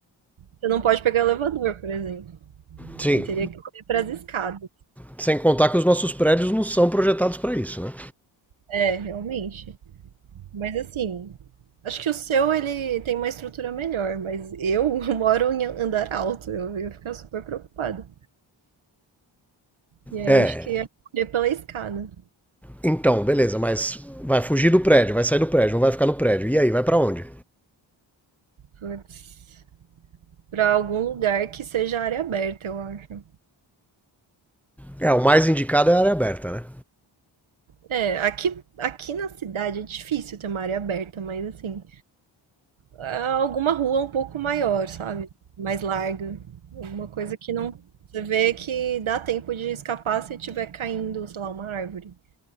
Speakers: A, on the right (about 75°); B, in the centre.
A: você não pode pegar elevador, por exemplo.
B: Sim,
A: Eu teria que correr para as escadas.
B: sem contar que os nossos prédios não são projetados para isso, né?
A: É, realmente. Mas assim, acho que o seu ele tem uma estrutura melhor, mas eu <laughs> moro em andar alto, eu ia ficar super preocupada. E aí
B: É.
A: acho que ia correr pela escada.
B: Então, beleza, mas vai fugir do prédio, vai sair do prédio, não vai ficar no prédio. E aí, vai para onde?
A: Putz, pra algum lugar que seja área aberta, eu acho.
B: É, o mais indicado é a área aberta, né?
A: É, aqui, aqui na cidade é difícil ter uma área aberta, mas assim, ah, alguma rua um pouco maior, sabe? Mais larga. Alguma coisa que não. Você vê que dá tempo de escapar se tiver caindo, sei lá, uma árvore.